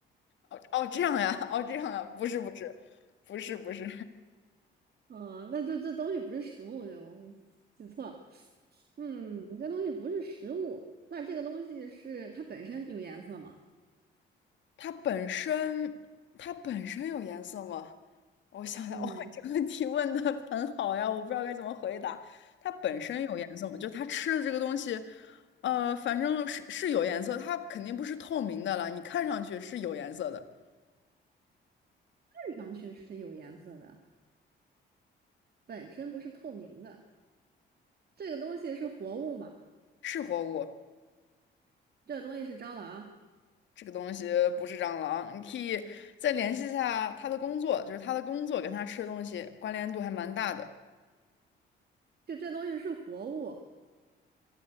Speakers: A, on the left; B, on the right.
A: 哦，这样呀，哦，这样呀，不是，不是，不是，不是。
B: 嗯，那这这东西不是食物，就我记错了。嗯，这东西不是食物，那这个东西是它本身有颜色吗？
A: 它本身它本身有颜色吗？我想想，
B: 嗯。
A: <laughs> 哇，这个问题问的很好呀，我不知道该怎么回答。它本身有颜色吗？就它吃的这个东西，呃，反正是是有颜色，它肯定不是透明的了，你看上去是有颜色的，
B: 看上去是有颜色的，本身不是透明的。这个东西是活物嘛？
A: 是活物。
B: 这个东西是蟑螂，
A: 这个东西不是蟑螂，你可以再联系一下它的工作，就是它的工作跟它吃的东西关联度还蛮大的。
B: 就这东西是活物，